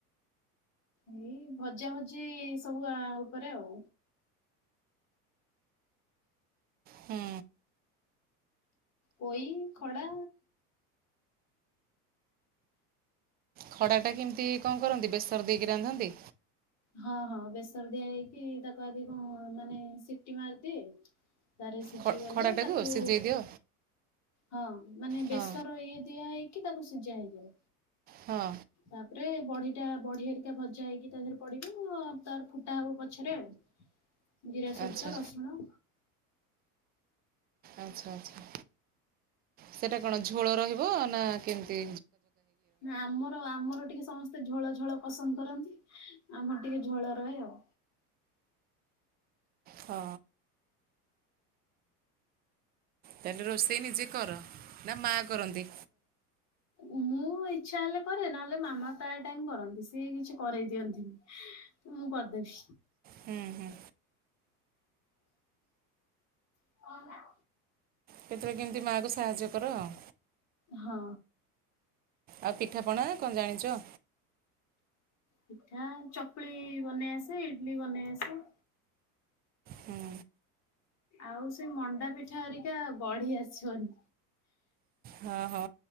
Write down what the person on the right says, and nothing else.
ହୁଁ
ଖଡା ଟା କେମିତି କଣ କରନ୍ତି, ବେସର ଦେଇକି ରାନ୍ଧନ୍ତି।
ଖ
ଖଡ଼ାଟାକୁ
ସିଝେଇ ଦିଅ
ହଁ
ହଁ
ଆଚ୍ଛା
ଆଚ୍ଛ ଆଚ୍ଛା ସେଟା କଣ ଝୋଳ ରହିବ ନା କେମତି?
ହଁ। ତାହେଲେ ରୋଷେଇ ନିଜେ କର, ନା ମାଆ କରନ୍ତି।
ହୁଁ ହୁଁ
କେତେବେଳେ କେମିତି ମାଆକୁ ସାହାଯ୍ୟ କର ଆଉ।
ଆଉ ପିଠାପଣା କଣ ଜାଣିଚ?
ହୁଁ
ହଁ ହଁ